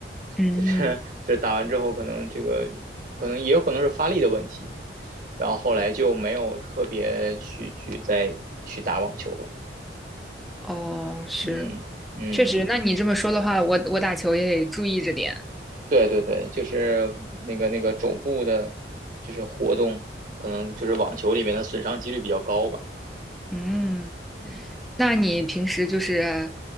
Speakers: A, in the centre; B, on the right (about 45°).
A: 嗯。
B: 就是 <laughs> 就是打完之后可能这个可能也有可能是发力的问题，然后后来就没有特别去去再去打网球了，
A: 哦，是，
B: 嗯嗯，
A: 确实。那你这么说的话，我我打球也得注意着点。
B: 对对对，就是那个那个肘部的，就是活动可能就是网球里面的损伤几率比较高吧。
A: 嗯。
B: 嗯。嗯，
A: 那你平时就是